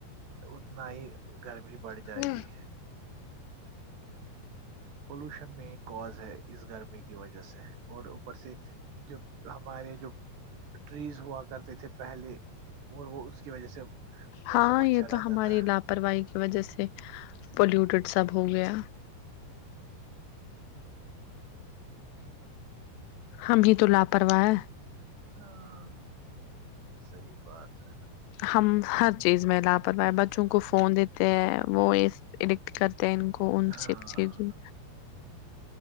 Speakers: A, on the right; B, on the left.
A: اتنا ہی گرمی بڑھ
B: گیا
A: جائے گی پولوشن مین کوز ہے اس گرمی کی وجہ سے اور اوپر سے جب ہمارے جو ٹریز ہوا کرتے تھے پہلے اور وہ اس کی وجہ سے موسم
B: ہاں
A: اچھا
B: یہ
A: رہتا
B: تو ہماری
A: تھا
B: لاپرواہی کی وجہ سے پلیوٹیڈ سب ہو گیا ہم ہی تو لاپرواہ ہے
A: ہاں صحیح بات ہے
B: ہم ہر چیز میں لاپرواہ ہے بچوں کو فون دیتے ہیں وہ یہ ایڈکٹ کرتے ہیں ان کو ان
A: ہاں
B: سے سب چیزوں